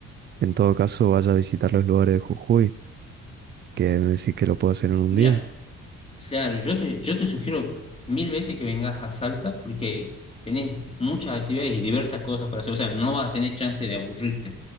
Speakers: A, on the right; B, on the left.
A: en todo caso, vaya a visitar los lugares de Jujuy, que me decís que lo puedo hacer en un
B: mira.
A: día.
B: Claro, yo te, yo te sugiero mil veces que vengas a Salta porque tenés muchas actividades y diversas cosas para hacer. O sea, no vas a tener chance de aburrirte.